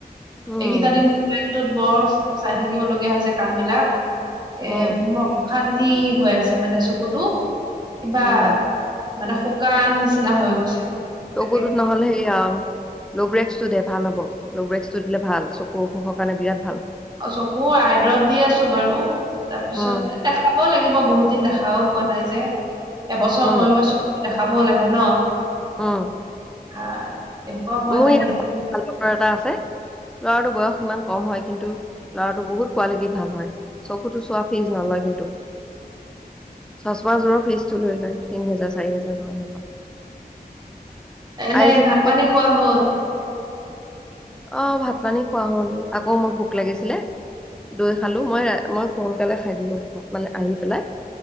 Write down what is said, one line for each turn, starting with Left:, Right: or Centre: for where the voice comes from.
Centre: উম
Right: এইকেইটা দিন টোত বছ চাই থাকিবলগীয়া হৈছে কাম বিলাক এ
Centre: উম
Right: শান্তি হৈ আছে মানে চকুটো কিবা
Centre: উম
Right: মানে শুকান নিচিনা হৈ গৈছে।
Centre: ত
Right: তাকে
Centre: গুৰুত নহ'লে এইয়া লৰেক্সটো দে ভাল হ'ব লৰেক্সটো দিলে ভাল চকুৰ অসুখৰ কাৰণে বিৰাট ভাল।
Right: অ, চকু আইদৰৱ দি আছো বাৰু তাৰপিছত
Centre: উম
Right: দেখ লাগিব বহুত দিন দেখাও হোৱা নাই যে, এবছৰ
Centre: উম
Right: মূৰে-মূৰে চকু দেখাবও লাগে ন।
Centre: উম।
Right: হ দেখুৱা হোৱা
Centre: মোৰ
Right: নাই সেইটো।
Centre: ভাল বতৰ এটা আছে। ল'ৰাটো বয়স ইমান কম হয় কিন্তু ল'ৰাটো বহুত কোৱালিটি ভাল হয়। চকুটো চোৱা ফিছ নলয় কিন্তু। চচমা যোৰৰ ফিজটো লৈ লয়, তিনি হাজাৰ, চাৰি হাজাৰ পৰা এনেকুৱা।
Right: এনে
Centre: আই চেকআপ
Right: ভাত পানী খোৱা হ'ল?
Centre: অ, ভাত পানী খোৱা হ'ল, আকৌ মোৰ ভোক লাগিছিলে। দৈ খালো মই, মই সোনকালে খাই দিলো মানে আহি পেলাই।